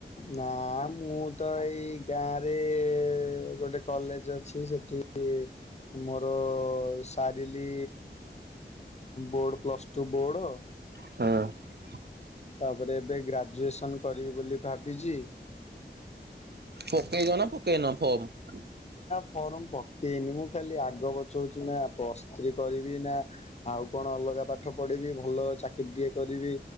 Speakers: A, on the left; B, on the right.
A: ନା ମୁଁ ତ ଏଇ ଗାଁରେ ଗୋଟେ କଲେଜ ଅଛି ସେଠି ମୋର ସାରିଲି ବୋର୍ଡ ପ୍ଲସ ଟୁ ବୋର୍ଡ
B: ହଁ।
A: ତାପରେ ଏବେ ଗ୍ରାଜୁଏସନ କରିବି ବୋଲି ଭାବିଛି।
B: ପକେଇ ଯଅ ନା ପକେଇ ନ ଫର୍ମ।
A: ଫର୍ମ ପକେଇନି ମୁଁ ଖାଲି ଆଗପଛ ହଉଛି ନା, ପ୍ଲସଥିରି କରିବି ନା ଆଉ କଣ ଅଲଗା ପାଟ ପାଠ ପଢ଼ିବି ଭଲ ଚାକିରିଟିିକଏ କରିବି